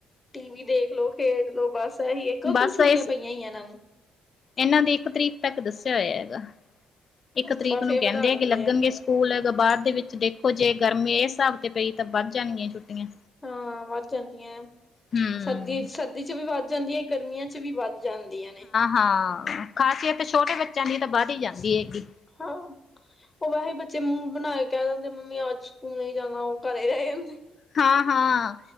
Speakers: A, on the left; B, on the left.
A: ਟੀਵੀ ਦੇਖ ਲਓ, ਖੇਡ ਲੌ ਬਸ, ਕਦੋਂ
B: ਬਸ
A: ਤਕ ਛੁੱਟੀਆਂ
B: ਇਸ
A: ਪਈਆਂ ਹੀ ਆ ਇਹਨਾਂ ਨੂੰ?
B: ਇਹਨਾਂ ਦੀ ਇੱਕ ਤਰੀਕ ਤੱਕ ਦੱਸਿਆ ਹੋਇਆ ਹੈਗਾ। ਇੱਕ
A: ਉਸ ਤੋਂ
B: ਤਰੀਕ
A: ਬਾਅਦ ਫੇਰ
B: ਨੂੰ ਕਹਿੰਦੇ
A: ਵਧਾ ਦਿੰਦੇ
B: ਆ ਕਿ ਲੱਗਣਗੇ ਸਕੂਲ, ਬਾਦ ਦੇ ਵਿੱਚ ਦੇ ਉਹ ਜੇ ਗਰਮੀ ਇਸ ਹਿਸਾਬ ਤੇ ਪਈ ਤਾਂ ਵੱਧ ਜਾਣਗੀਆਂ ਛੁੱਟੀਆਂ।
A: ਹਾਂ ਵੱਧ ਜਾਂਦੀਆਂ,
B: ਹੂੰ।
A: ਸਰਦੀ- ਸਰਦੀ ਚ ਵੀ ਵੱਧ ਜਾਂਦੀ ਆ, ਗਰਮੀਆਂ ਚ ਵੀ ਵੱਧ ਜਾਂਦੀਆਂ ਨੇ।
B: ਹਾਂ ਖਾਸੀਆ ਤੇ ਛੋਟੇ ਬੱਚਿਆਂ ਦੀ ਤਾਂ ਵਧ ਹੀ ਜਾਂਦੀ ਹੈਗੀ।
A: ਹਾਂ। ਉਹ ਵੈਸੇ ਬੱਚੇ ਮੂੰਹ ਬਣਾ ਕੇ ਕਹਿ ਦਿੰਦੇ, ਮੰਮੀ ਅੱਜ ਸਕੂਲ ਨੀ ਨਹੀਂ ਜਾਣਾ, ਉਹ ਘਰੇ ਹੀ ਰਹਿ ਜਾਂਦੇ ਏ।
B: ਹਾਂ, ਹਾਂ।